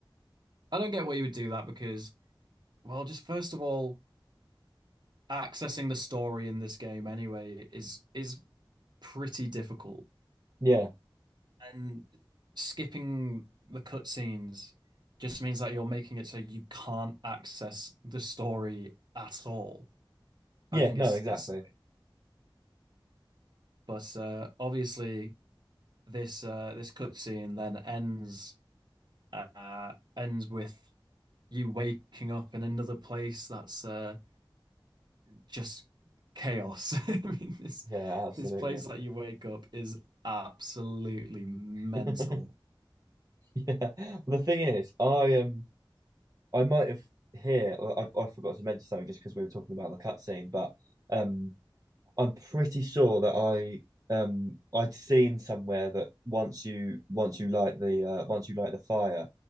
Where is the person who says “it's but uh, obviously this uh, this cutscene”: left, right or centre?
Right